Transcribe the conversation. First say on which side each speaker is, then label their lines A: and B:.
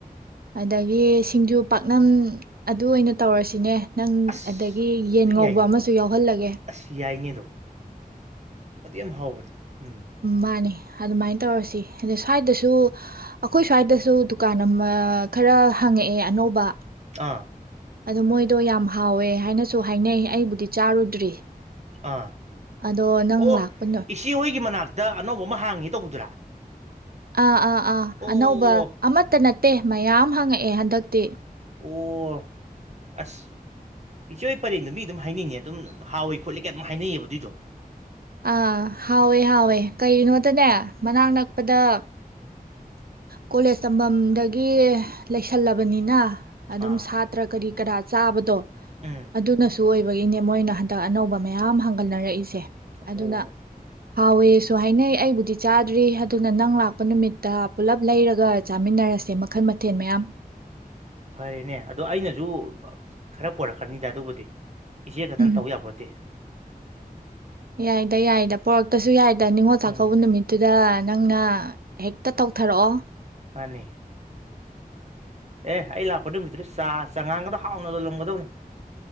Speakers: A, on the right (about 75°); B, on the right (about 45°).
A: ꯑꯗꯒꯤ ꯁꯤꯡꯖꯨ ꯄꯥꯛꯅꯝ ꯑꯗꯨ ꯑꯣꯏꯅ ꯇꯧꯔꯁꯤꯅꯦ ꯅꯪ
B: ꯑꯁ
A: ꯑꯗꯒꯤ ꯌꯦꯟ
B: ꯑꯗꯨ
A: ꯉꯧꯕ
B: ꯌꯥꯏꯅꯦ
A: ꯑꯃꯁꯨ ꯌꯥꯎꯍꯜꯂꯒꯦ
B: ꯑꯁ ꯌꯥꯏꯅꯦ ꯑꯗꯨꯝ ꯑꯗꯨ ꯌꯥꯝ ꯍꯥꯎꯕꯅꯤ ꯎꯝ
A: ꯎ ꯃꯥꯅꯦ ꯑꯗꯨꯃꯥꯏꯅ ꯇꯧꯔꯁꯤ ꯑꯗ ꯁ꯭ꯋꯥꯏꯗꯁꯨ ꯑꯩꯈꯣꯏ ꯁ꯭ꯋꯥꯏꯗꯁꯨ ꯗꯨꯀꯥꯟ ꯑꯃ ꯈꯔ ꯍꯪꯉꯛꯑꯦ ꯑꯅꯧꯕ
B: ꯑꯥ
A: ꯑꯗꯣ ꯃꯣꯏꯗꯣ ꯌꯥꯝ ꯍꯥꯎꯋꯦ ꯍꯥꯏꯅꯁꯨ ꯍꯥꯏꯅꯩ ꯑꯩꯕꯨꯗꯤ ꯆꯥꯔꯨꯗ꯭ꯔꯤ
B: ꯑꯥ
A: ꯑꯗꯣ ꯅꯪ
B: ꯑꯣ
A: ꯂꯥꯛꯄꯅꯣ
B: ꯏꯁꯤ ꯍꯣꯏꯒꯤ ꯃꯅꯥꯛꯇ ꯗ ꯑꯅꯧꯕ ꯑꯃ ꯍꯥꯡꯉꯤ ꯇꯧꯕꯗꯨꯔꯥ꯫
A: ꯑꯥ ꯑꯥ ꯑꯥ
B: ꯑꯣ
A: ꯑꯅꯧꯕ ꯑꯃꯠꯇ ꯅꯠꯇꯦ ꯃꯌꯥꯝ ꯍꯪꯉꯛꯦ꯫ ꯑꯦ ꯍꯟꯗꯛꯇꯤ꯫
B: ꯑꯣ ꯑꯁ ꯏꯆꯦ ꯄꯔꯦꯡꯗꯨ ꯃꯤ ꯑꯗꯨꯝ ꯍꯥꯏꯅꯤꯡꯉꯦ ꯑꯗꯨꯝ ꯍꯥꯎꯋꯤ ꯈꯣꯠꯂꯤ ꯀ ꯑꯗꯨꯝ ꯍꯥꯏꯅꯩꯌꯦꯕ ꯑꯗꯨꯏꯗꯣ꯫
A: ꯑ ꯍꯋꯦ ꯍꯋꯦ ꯀꯩꯩꯅ ꯇꯅꯦ ꯃꯅꯥꯛ ꯅꯛꯄꯗ ꯀꯣꯂꯦꯖ ꯇꯝꯐꯝꯗꯒꯤ ꯂꯩꯁꯜꯂꯕꯅꯤꯅ ꯑꯗꯨꯝ
B: ꯑꯥ
A: ꯁꯥꯇ꯭ꯔ ꯀꯔꯤ ꯀꯅꯥ ꯆꯥꯕꯗꯣ
B: ꯎꯝ
A: ꯑꯗꯨ ꯑꯗꯨ ꯅꯁ ꯑꯗꯨ ꯑꯣꯏꯕꯒꯤꯅꯦ ꯃꯣꯏꯅ ꯍꯟꯗꯛ ꯑꯅꯧꯕ ꯃꯌꯥꯝ ꯍꯥꯡꯒꯠꯅꯔꯛꯏꯁꯦ꯫
B: ꯑꯣ
A: ꯑꯗꯨꯅ ꯍꯥꯎꯋꯦꯁ ꯁꯨ ꯍꯥꯏꯅꯩ ꯑꯩꯕꯨꯗꯤ ꯆꯥꯗ꯭ꯔꯤ ꯑꯗꯨꯅ ꯅꯪ ꯂꯥꯛꯄ ꯅꯨꯃꯤꯠꯇꯥ ꯄꯨꯜꯂꯞ ꯂꯩꯔꯒ ꯆꯥꯃꯤꯟꯅꯔꯁꯦ ꯃꯈꯜ ꯃꯊꯦꯜ ꯃꯌꯥꯝ꯫
B: ꯐꯔꯦꯅꯦ ꯑꯗꯣ ꯑꯩꯅꯁꯨ ꯈꯔ ꯄꯔꯛꯀꯅꯤꯗ ꯑꯗꯨꯕꯨꯗꯤ꯫ ꯏꯆꯦ ꯈꯛꯇꯅ
A: ꯎꯝ
B: ꯇꯧ ꯌꯥꯄꯣꯠꯇꯦ
A: ꯌꯥꯏꯗ ꯌꯥꯏꯗ ꯄꯣꯔꯛ ꯇꯁꯨ ꯌꯥꯏ ꯗꯅꯤꯡꯉꯣ ꯆꯥꯛꯕꯨꯅꯃꯤꯇꯨꯗꯥꯏ
B: ꯎꯝ
A: ꯅꯪꯅ ꯍꯦꯛꯇ ꯇꯧꯊꯔꯛꯑꯣ꯫
B: ꯃꯥꯅꯤ꯫ ꯑꯦ ꯑꯩ ꯂꯥꯛꯄ ꯅꯨꯃꯤꯠꯇꯨꯗ ꯆꯥ ꯆꯉꯥꯡꯒꯗ ꯍꯥꯎꯅ ꯂꯨꯝꯒꯗꯧꯅꯤ꯫